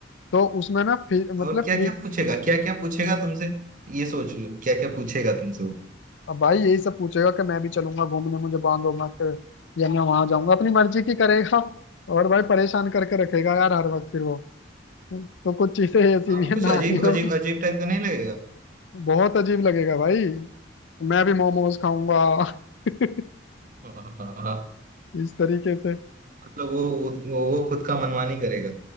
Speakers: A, on the left; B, on the right.
A: तो उसमें ना फ्री, मतलब
B: और क्या
A: फ्री
B: क्या पूछेगा क्या क्या पूछेगा तुमसे ये सोच लो क्या क्या पूछेगा तुमसे वो
A: अब भाई यही सब पूछेगा कि मैं भी चलूंगा घूमने मुझे बांधो मत या मैं वहां जाऊंगा अपनी मर्जी की करेगा और भाई परेशान करके रखेगा यार हर वक्त फिर वो तो कुछ चीजें ऐसी
B: आप
A: भी है
B: कुछ
A: ना
B: अजीब
A: ही हो
B: अजीब अजीब टाइप का नहीं लगेगा
A: बहुत अजीब लगेगा भाई मैं भी मोमोज खाऊंगा <laughs>
B: <laughs> हाँ, हाँ, हाँ।
A: इस तरीके से
B: मतलब वो वो वो खुद का मनमानी करेगा